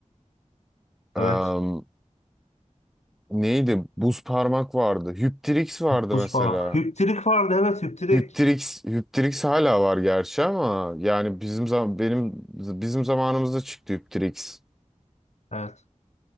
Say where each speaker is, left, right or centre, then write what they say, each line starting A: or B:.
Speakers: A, in the centre; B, on the left.
A: Eee,
B: Evet.
A: Neydi? Buz parmak vardı, Hüptrix vardı
B: Buz
A: mesela.
B: parmak. Hüptirik vardı. Evet, hüptirik.
A: Hyptrix, Hyptrix hala var gerçi ama yani bizim zam benim bizim zamanımızda çıktı Hyptrix.
B: Evet.